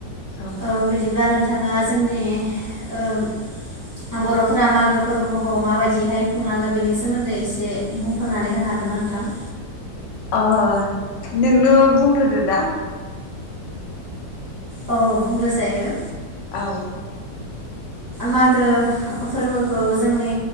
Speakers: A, on the left; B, on the right.
A: औ
B: ओ बिदिब्ला नोंथाङा जोंनि ओम आ बरफोरा मागो फोरबोखौ माबायदिहाय खुंलाङो बेनि सोमोन्दै एसे बुंफोरनानै होनो हागोन ना नोंथां?
A: अ नोंनो बुंग्रोदो दा।
B: औ बुंग्रो जायो।
A: औ।
B: मागो फोरबोखौ जोंनि